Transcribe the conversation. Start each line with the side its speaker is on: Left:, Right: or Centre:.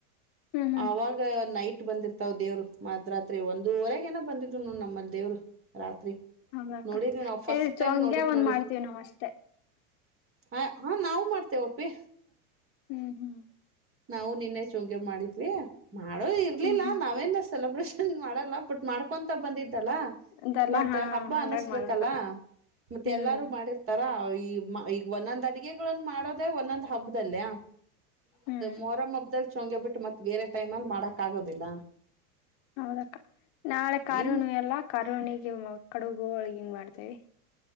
Left: ಹ್ಮ್ ಹ್ಮ್
Right: ಅವಾಗ ನೈಟ್ ಇ ಬಂದಿರ್ತಾವ್ ದೇವ್ರು ಮದ್ಯ ರಾತ್ರಿ ಒಂದೂವರೆಗೆ ಏನೋ ಬಂದಿದ್ ನಮ್ಮಲ್ಲಿ ದೇವರು ರಾತ್ರಿ
Left: ಹೌದಾಕ್ಕ
Right: ನೋಡಿದ್ವಿ ನಾವ್ ಫಸ್ಟ್
Left: ಈ
Right: ಟೈಮ್
Left: ಚೋಂಗ್ಯ
Right: ನೋಡಿದ್
Left: ಒಂದ್
Right: ನೋಡಿ
Left: ಮಾಡ್ತೀವಿ ನಾವ್ ಅಷ್ಟೇ
Right: ಹ ಹಾ ನಾವು ಮಾಡ್ತೇವಪ್ಪಿ
Left: ಹ್ಮ್ ಹ್ಮ್
Right: ನಾವು ನಿನ್ನೆ ಚುಂಗ್ಯ ಮಾಡಿದ್ವಿ ಮಾಡೋದು ಇರ್ಲಿಲ್ಲ
Left: ಹ್ಮ್ ಹ್ಮ್
Right: ನಾವೇನ್ ಸೆಲೆಬ್ರೇಷನ್ ಮಾಡಲ್ಲ ಬಟ್ ಮಾಡ್ಕೊಂತ ಬಂದಿದ್ದು ಲ್ಲ
Left: ಇದೆಲ್ಲಾ
Right: ಮತ್ತೆ
Left: ಹಾ
Right: ಹಬ್ಬ
Left: ಹಂಗಾಗಿ
Right: ಅನಸ್ಬೇಕಲ್ಲ
Left: ಮಾಡೋದು
Right: ಮತ್ತೆ
Left: ಹ್ಮ್
Right: ಎಲ್ಲಾರು ಮಾಡಿರ್ತಾರ ಈ ಈಗ ಒಂದೊಂದ ಅಡಿಗೆ ಮಾಡೋದೇ ಒಂದೊಂದ್ ಹಬ್ಬದಲ್ಲಯ
Left: ಹ್ಮ್
Right: ಮೊರಂ ಹಬ್ದಲ್ ಚೋಂಗಿ ಬಿಟ್ಟು ಮತ್ತತ್ ಬೇರೆ ಟೈಮ್ ಅಲ್ಲಿ ಮಾಡಕ್ ಆಗೋದಿಲ್ಲ
Left: ಹೌದಕ್ಕ ನಾಳೆ ಕಾರಹುಣಿವೆ
Right: ಇನ್
Left: ಅಲ್ಲಾ ಕಾರ ಹುಣ್ಣಿಮೆಯ ಕಡಬು ಹೋಳಿಗಿ ಹೆಂಗ್ ಮಾಡ್ತೇವಿ